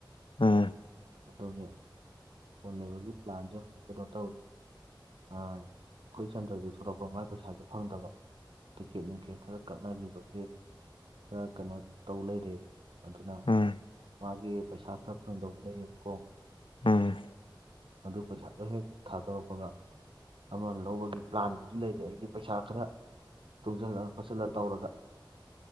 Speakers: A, on the left (about 85°); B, on the right (about 90°).
A: ꯎꯝ
B: ꯑꯗꯨꯒꯤ ꯐꯣꯜ ꯂꯩꯕꯒꯤ ꯄ꯭ꯂꯥꯟꯁꯦ ꯍꯧꯖꯤꯛ ꯀꯩꯅꯣ ꯇꯧꯔꯤ ꯑꯩꯈꯣꯏ ꯆꯟꯗ꯭ꯔꯁꯨ ꯊꯣꯛꯂꯛꯄ ꯃꯥꯏ ꯄꯩꯁꯥꯁꯨ ꯐꯪꯗꯕ ꯇꯤꯀꯦꯠ ꯅꯨꯡꯀꯦꯠ ꯈꯔ ꯀꯛꯅꯈꯤꯕꯒꯤꯦ ꯈꯔ ꯀꯩꯅꯣ ꯇꯧ ꯂꯩꯔꯦ ꯑꯗꯨꯅ
A: ꯎꯝ
B: ꯃꯥꯒꯤ ꯄꯩꯁꯥ ꯈꯔ ꯐꯪꯗꯧꯕ ꯂꯩꯌꯦꯕꯀꯣ
A: ꯎꯝ
B: ꯑꯗꯨꯗꯨ ꯄꯩꯁꯥꯗꯣ ꯍꯦꯛ ꯊꯥꯗꯣꯔꯛꯄꯒ ꯑꯃ ꯂꯧꯕꯒꯤ ꯄ꯭ꯂꯥꯟꯕꯨꯗꯤ ꯂꯩꯔꯦ ꯑꯩꯒꯤ ꯄꯩꯁꯥ ꯈꯔ ꯇꯨꯡꯁꯤꯜꯂ ꯈꯣꯠꯆꯤꯜꯂ ꯇꯧꯔꯒ